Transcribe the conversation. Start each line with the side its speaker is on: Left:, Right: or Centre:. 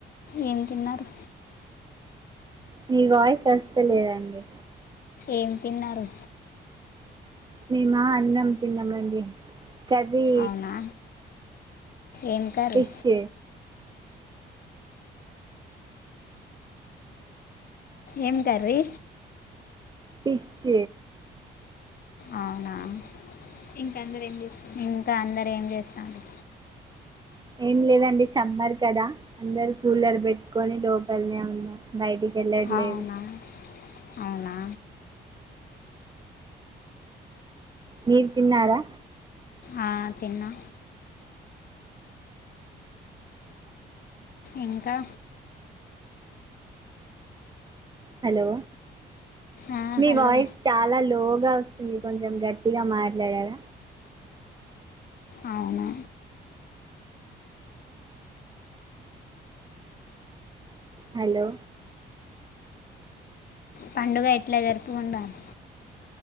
Left: ఏం తిన్నారు
Right: మీ వాయిస్ వస్త లేదండి
Left: ఏం తిన్నారు
Right: మేమ అన్నం తిన్నామండి కర్రీ
Left: అవునా ఏం కర్రీ
Right: ఫిష్
Left: ఏం కర్రీ
Right: ఫిష్
Left: అవునా ఇంక అందరూ ఇంక అందరు ఏం చేస్తతాన్రు
Right: ఏం లేదండి సమ్మర్ కదా అందరు కూలర్ బెట్టుకొని లోపలనే ఉన్నాం బయటికి వెళ్ళట్లేదు
Left: అవునా అవునా
Right: మీరు తిన్నారా
Left: ఆ తిన్నా ఇంకా
Right: హలో
Left: ఆ,
Right: మీ
Left: హలో
Right: వాయిస్ చాలా లోగా స్తుంది కొంచెం గట్టిగా మాట్లాడర
Left: అవున
Right: హలో
Left: పండుగ ఎట్లా జరుపుకున్నారు